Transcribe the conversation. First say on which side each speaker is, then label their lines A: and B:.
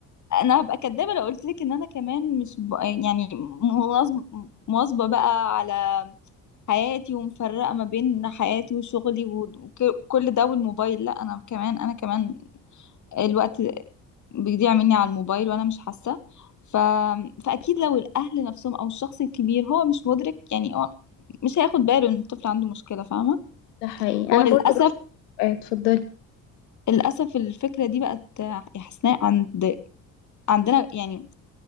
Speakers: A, on the left; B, on the left.
A: انا هبقى كدابة لو قلت لك ان انا كمان مش ب... يعني مواظب- مواظبة بقى على حياتي ومفرقة ما بين حياتي وشغلي وك- وكل ده والموبايل لا انا كمان انا كمان الوقت بيضيع مني على الموبايل وانا مش حاسه ف... فاكيد لو الاهل نفسهم او الشخص الكبير هو مش مدرك يعني هو مش هياخد باله ان الطفل عنده مشكله فاهمه
B: ده حقيقي
A: هو
B: أنا برضو
A: للاسف
B: بشوف آه، اتفضلي
A: للاسف الفكره دي بقت يا حسناء عند عندنا يعني